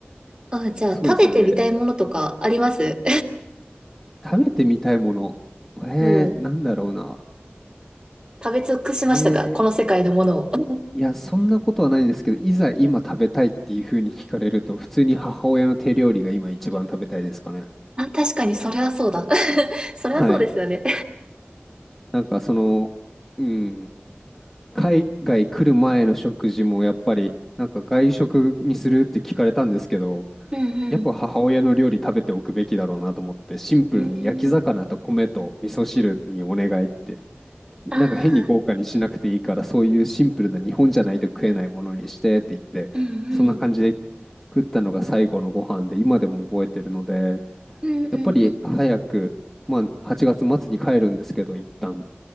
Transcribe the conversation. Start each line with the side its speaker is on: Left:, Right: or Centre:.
Right: あ、じゃあ、
Centre: そうですよね。
Right: 食べてみたいものとかあります
Centre: 食べてみたいもの。えー、
Right: <laughs> うん。
Centre: なんだろうな。
Right: 食べ尽くしましたかこの世界のものを。
Centre: えー
Right: <laughs>
Centre: いや、そんなことはないですけど、いざ今食べたいっていうふうに聞かれると、普通に母親の手料理が今一番食べたいですかね。
Right: あ、確かに、それはそうだ。<laughs> それはそうですよね。
Centre: はい。なんかその、うん、海外来る前の食事もやっぱり、なんか外食にするって聞かれたんですけど、
Right: うんうん。
Centre: やっぱ母親の料理食べておくべきだろうなと思って、シンプルに焼き魚と米と味噌汁にお願いって
Right: うんうん。ああ、
Centre: なんか変に豪華にしなくていいから、そういうシンプルな日本じゃないと食えないものにしてって言って、
Right: うんうん。
Centre: そんな感じで食ったのが最後のご飯で、今でも覚えてるので、
Right: うんうんうん。
Centre: やっぱり早く、まあ8月末に帰るんですけど、一旦、